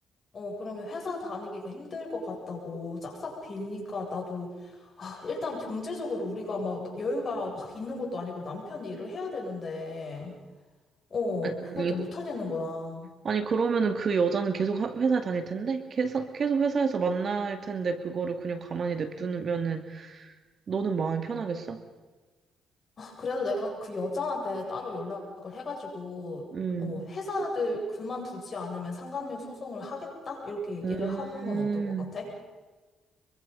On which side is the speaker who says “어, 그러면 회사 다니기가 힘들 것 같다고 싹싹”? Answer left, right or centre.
Left